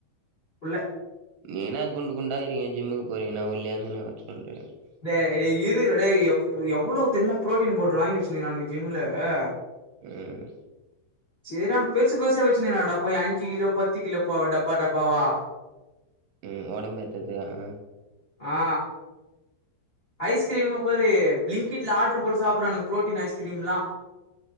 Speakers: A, on the left (about 75°); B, on the right (about 80°).
A: உள்ள
B: நீனா குண்டு குண்டா இருக்கே ஜிம்முக்கு போறீனா நா ஒல்லியா <unintelligible>
A: டேய் இருடா டேய் எப் எவ்ளோ தெரிமா புரோட்டீன் பவுடர் வாங்கி வெச்சினுருக்கானுக ஜிம்ல அ
B: ம்
A: செரிறா பெருசு பெருசா வெச்சினுருறான்டா பைய அஞ்சி கிலோ பத்து கிலோ போ டப்பா டப்பாவா
B: ம் ஒடம்ப ஏத்து துக்கா
A: ஆ ஐஸ்கிரீமபாரு பிளிங்க்ட்ல ஆட்ரு போட்டு சாப்ட்றானுக புரோட்டீன் ஐஸ்கிரீம்லா